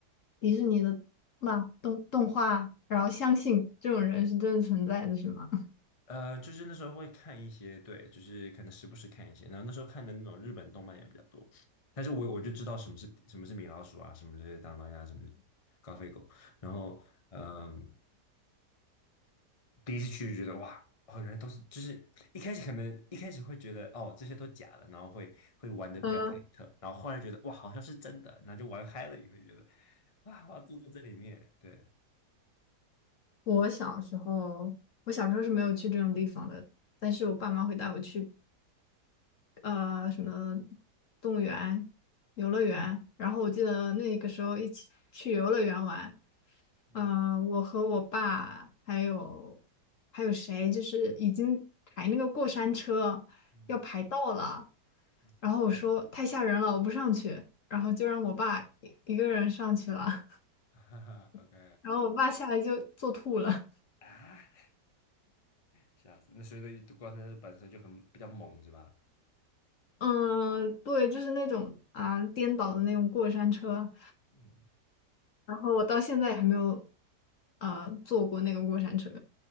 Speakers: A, on the left (about 55°); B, on the left (about 25°).
A: 迪士尼的漫动动画，然后相信这种人是真的存在的，是吗？<laughs>
B: 呃，就是那时候会看一些，对，就是可能时不时看一些，然后那时候看的那种日本动漫也比较多，但是我我就知道什么是什么是米老鼠啊，什么是大妈呀，什么是高飞狗，然后嗯、第一次去就觉得哇，哦，原来都是，就是一开始可能一开始会觉得哦这些都假的，然后会会玩的比较忐忑，
A: 呃，
B: 然后后来觉得哇好像是真的，然后就玩嗨了以后就觉得啊我要住在这里面，对，
A: 我小时候，我小时候是没有去这种地方的，但是我爸妈会带我去呃什么动物园、游乐园，然后我记得那个时候一起去游乐园玩，
B: 嗯
A: 嗯、呃我和我爸还有还有谁，就是已经排那个过山车要排到了，
B: 嗯嗯
A: 然后我说太吓人了，我不上去，然后就让我爸一一个人上去了，
B: <laughs>，哈哈，OK
A: <laughs> 然后我爸下来就坐吐了。
B: 啊。吓死！那所以那光车本身就很比较猛，是吧？
A: 嗯，对，就是那种啊颠倒的那种过山车，
B: 嗯
A: 然后我到现在也还没有呃坐过那个过山车。